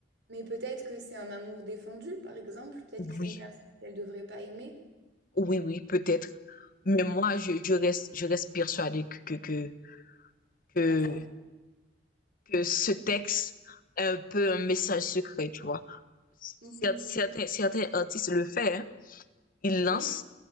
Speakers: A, on the right; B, on the left.
A: Mais peut-être que c'est un amour défendu, par exemple. Peut-être
B: Oui,
A: que c'est une personne qu'elle devrait pas aimer.
B: oui, oui, peut-être. Mais moi, je, je reste, je reste persuadée que, que, que,
A: Ah, ça.
B: que ce texte est un peu un message secret, tu vois. Cer-
A: Hmm.
B: Certains, certains artistes le font, hein. Ils lancent
A: Oui,